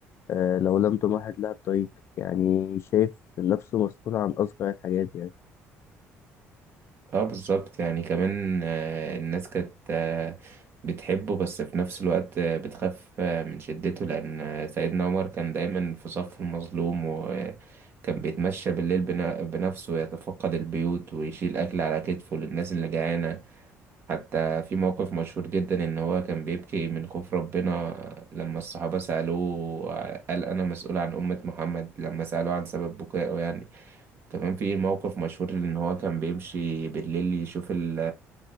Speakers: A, on the left (about 55°); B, on the right (about 45°).
A: آه، لو لم تمهد لها الطريق يعني شايف نفسه مسؤول عن أصغر الحاجات يعني.
B: اه بالظبط يعني كمان آه، الناس كانت آه، بتحبه بس في نفس الوقت آه، بتخاف آه، من شدته لأن آه، سيدنا عمر كان دايما في صف المظلوم وكان بيتمشى بالليل بن- بنفسه يتفقد البيوت ويشيل أكل على كتفه للناس اللي جعانة حتى في موقف مشهور جدا إن هو كان بيبكي من خوف ربنا آه، لما الصحابة سألوه آه، قال أنا مسؤول عن أمة محمد لما سألوه عن سبب بكائه يعني تمام في موقف مشهور ان هو كان بيمشي بالليل يشوف ال...